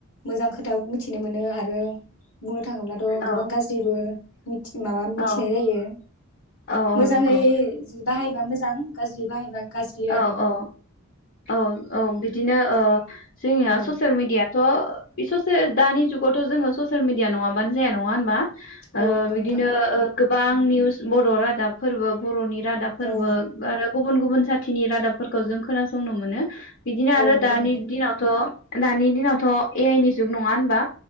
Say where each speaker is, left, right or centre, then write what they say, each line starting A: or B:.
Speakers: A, on the left; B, on the left.
A: मोजां खोथा मिथिनो मोनो आरो बुंनो थाङोब्लाथ'
B: औ
A: गोबां गाज्रिबो मिथि माबा मिथि
B: औ
A: यो
B: औ औ
A: मोजाङै
B: नंगौ
A: जिबा बाहायबा मोजां गाज्रियै बाहायबा गाज्रि
B: औ
A: आरो
B: औ औ औ बिदिनो ओ जोंनिया
A: औ
B: ससियेल मिडिया थ' बे ससे दानि जुगावथ' जोङो ससियेल मिडिया नङाबानो जाया नङा होनबा?
A: औ
B: ओ
A: नंगौ
B: बिदिनो
A: नोंथां
B: ओ गोबां निउस बर' रादाबफोरबो बर'नि रादाबफोरबो
A: औ
B: <unintelligible> गुबुन गुबुन <unintelligible> थिनि रादाबफोरखौ जों खोनासंनो मोनो। बिदिनो
A: औ
B: आरो
A: नंगौ
B: दानि
A: नोंथां
B: दिनावथ' दानि दिनावथ' ए आइ नि जुग नङा होनबा?